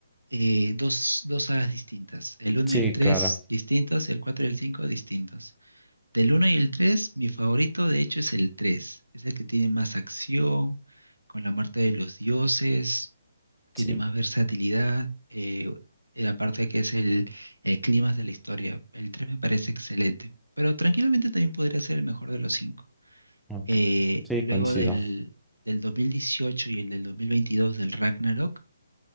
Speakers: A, on the right; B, in the centre.
A: eh, dos, dos sagas distintas. El uno
B: sí,
A: y el 3
B: claro,
A: distintos, el 4 y el 5 distintos. Del uno y el 3 mi favorito de hecho es el 3. Es el que tiene más acción, con la muerte de los dioses tiene
B: sí.
A: más versatilidad, eh, eh, aparte que es el, el clima de la historia. El 3 me parece excelente, pero tranquilamente también podría ser el mejor de los cinco.
B: ok,
A: Eh,
B: Sí,
A: luego
B: coincido,
A: del, del 2018 y el del dos mil veintidós del Ragnarok,